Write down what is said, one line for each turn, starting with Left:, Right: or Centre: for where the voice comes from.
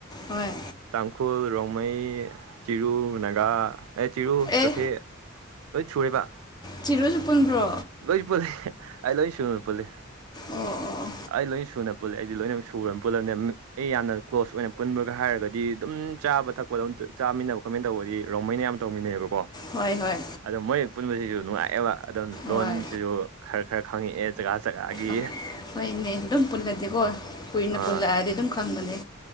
Left: ꯍꯣꯏ
Right: ꯇꯥꯡꯈꯨꯜ ꯔꯣꯡꯃꯩ ꯆꯤꯔꯨ ꯅꯥꯒꯥ ꯆꯤꯔꯨ ꯆꯣꯊꯦ
Left: ꯑꯦ
Right: ꯂꯣꯏ ꯁꯨꯨꯔꯦꯕ
Left: ꯆꯤꯔꯨꯁꯨ ꯄꯨꯨꯟꯕ꯭ꯔꯣ
Right: ꯂꯣꯏ ꯄꯨꯜꯂꯤ ꯑꯩ ꯂꯣꯏꯁꯨꯅ ꯄꯨꯜꯂꯤ
Left: ꯑꯣ ꯑꯣ
Right: ꯑꯩ ꯂꯣꯏꯅ ꯁꯨꯅ ꯄꯨꯜꯂꯦ ꯑꯩꯗꯤ ꯂꯣꯏꯅꯃꯛ ꯁꯨꯔ ꯄꯨꯜꯂꯝꯅꯤ ꯑꯩ ꯌꯥꯝꯅ ꯀ꯭ꯂꯣꯁ ꯑꯣꯏꯅ ꯄꯨꯟꯕꯒ ꯍꯥꯏꯔꯒꯗꯤ ꯑꯗꯨꯝ ꯆꯥꯕ ꯊꯛꯄꯗꯣꯝ ꯆꯥꯃꯤꯟꯅꯕ ꯀꯣꯏꯃꯤꯟꯅꯕ ꯇꯧꯕꯗꯤ ꯔꯣꯡꯃꯩꯅ ꯑꯌꯥꯝ ꯇꯧꯃꯤꯟꯅꯩꯕꯀꯣ
Left: ꯍꯣꯏ ꯍꯣꯏ
Right: ꯑꯗꯣ ꯃꯣꯏ ꯄꯨꯟꯕꯁꯤꯁꯨ ꯅꯨꯡꯉꯥꯏꯑꯦꯕ ꯑꯗꯨꯝ ꯂꯣꯟꯁꯤꯁꯨ
Left: ꯍꯣꯏ
Right: ꯈꯔ ꯈꯔ ꯈꯪꯉꯛꯑꯦ ꯖꯒꯥ ꯆꯖꯒꯥꯒꯤ
Left: ꯑ, ꯍꯣꯏꯅꯦ ꯑꯗꯨꯝ ꯄꯨꯜꯂꯗꯤꯀꯣ ꯀꯨꯏꯅ
Right: ꯑꯥ
Left: ꯄꯨꯜꯂꯛꯑꯗꯤ ꯑꯗꯨꯝ ꯈꯪꯕꯅꯦ